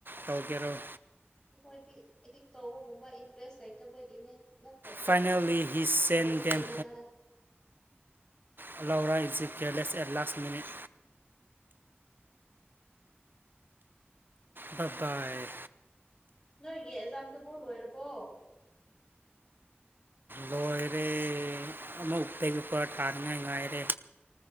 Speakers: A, on the right; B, on the left.
A: ꯇꯧꯒꯦꯔꯣꯏ
B: ꯑꯩꯈꯣꯏꯗꯤ ꯏꯗꯤꯛ ꯇꯧꯕꯒꯨꯝꯕ ꯏꯟꯇꯔꯦꯁ ꯂꯩꯇꯕꯒꯤꯅꯦ ꯅꯠꯇ꯭ꯔꯗꯤ
A: ꯐꯥꯏꯅꯦꯜꯂꯤ ꯍꯤ ꯁꯦꯟ
B: ꯁꯇꯔꯗꯤ
A: ꯗꯦꯝ
B: ꯀꯇꯤꯀꯇꯤ ꯗꯥꯏ
A: ꯍꯂꯥꯎꯔꯥ exit careless at last minute ꯗꯥꯏ
B: ꯅꯣꯏ ꯌꯦꯖꯥꯝꯗꯕꯨꯣ ꯂꯣꯏꯔꯕꯣ
A: ꯂꯣꯏꯔꯦ ꯑꯃ ꯎꯛꯇꯒꯤꯄꯔ ꯊꯥꯅꯤꯡꯉꯥꯏ ꯉꯥꯏꯔꯦ